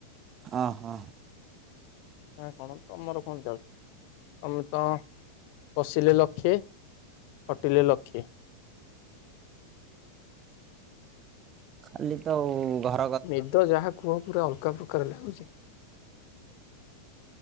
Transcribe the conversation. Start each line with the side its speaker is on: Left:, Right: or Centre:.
Right: ଅ, ହଁ।
Left: ନା କଣ ତମର କଣ ଯାଉଚି। ତମେ ତ ବଶିଲେ ଲକ୍ଷେ ଖଟିଲେ ଲକ୍ଷେ।
Right: ଖାଲି ତ ଉ ଘ
Left: ନିଦ ଯାହା କୁହ ପୁରା ଅଲଗା ପ୍ରକାର ଲାଗୁଛି।